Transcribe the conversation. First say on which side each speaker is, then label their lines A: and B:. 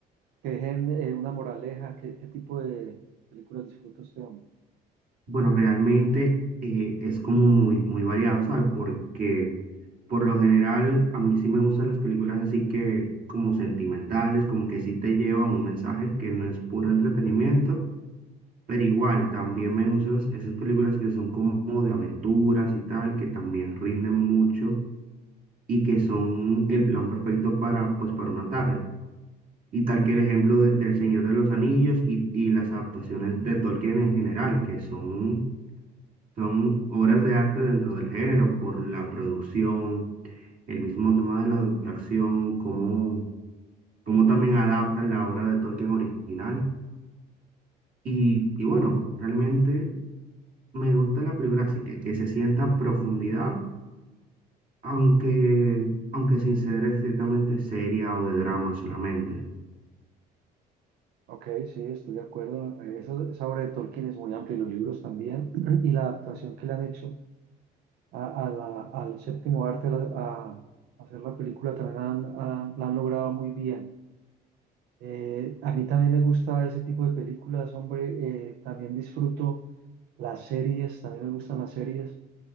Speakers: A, on the right (about 70°); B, on the right (about 55°).
A: que dejen eh, una moraleja? ¿Qué, qué tipo de películas disfruta usted? hombre?
B: Bueno, realmente eh, es como muy, muy variado, ¿sabes? Porque por lo general a mí sí me gustan las películas así que como sentimentales, como que sí te llevan un mensaje que no es puro entretenimiento. Pero igual, también me gustan esas películas que son como de aventuras y tal, que también rinden mucho y que son el plan perfecto para, pues, para una tarde. Y tal que el ejemplo de- del Señor de los Anillos y, y las adaptaciones de Tolkien en general, que son, son obras de arte dentro del género por la producción, el mismo tema de la duración, cómo, cómo también adaptan la obra de Tolkien original. Y, y bueno, realmente me gusta la película así, que, que se sienta profundidad, aunque, aunque sin ser estrictamente seria o de drama solamente.
A: Ok, sí, estoy de acuerdo. Eh, Esa, esa obra de Tolkien es muy amplia y los libros también <clears throat> y la adaptación que le han hecho a, a la- al séptimo arte la- a, hacer la película también han- han- la han logrado muy bien. Eh, a mí también me gusta ese tipo de películas, hombre, eh, también disfruto. Las series, también me gustan las series.